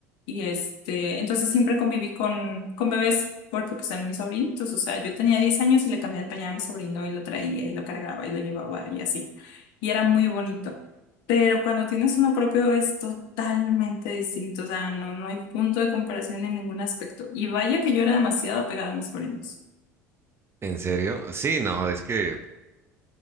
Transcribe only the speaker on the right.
¿En serio? Sí, no, es que